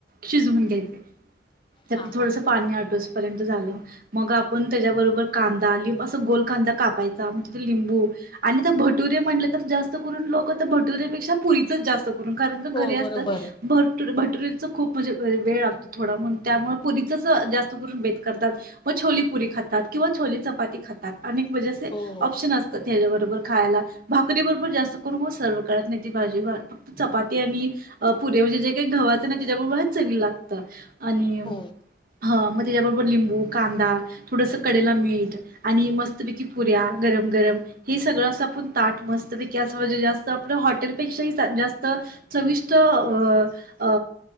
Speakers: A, on the right; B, on the left.
A: शिजवून घ्यायचे त्याततल
B: हां
A: थोडस
B: हां
A: पानी आटूस पर्यंत झालं मग आपण त्याच्याबरोबर कांदा लिंब अस गोल कांदा कापायचा. तिथं लिंबू आणि तर भटुरे म्हटतर जास्त करून लोक भटुरे पेक्षा पुरीच जास्त करून का घरी
B: हो
A: असतात,
B: बरोबर
A: भर भटुरेचं खूप म्हणजे वेळ लागतो थोडा, म्हणून त्यामुळ पुरीचंच जास्त करून बेत करतात. मग छोली पुरी खातात किंवा छोली चपाती खातात अनेक वजे असे
B: हो हो
A: ऑप्शन असतात. त्याच्याबरोबर खायला, भाकरी बरोबर जास्त करून हो सर्व काळात नाही ती भाजी चपाती आणि पुरे म्हणजे जे काही घवाचं ना त्याच्याबरोबर हेच चवी लागत. आणि म
B: हो
A: ह मग त्याच्याबरोबर लिंबू, कांदा थोडंस कडेला मीठ आणि मस्तपैकी पुऱ्या गरम-गरम हे सगळं असं आपण ताट मस्त पैकी अस, म्हणजे जास्त आपलं हॉटेलपेक्षाही जास्त चविष्ट अ अ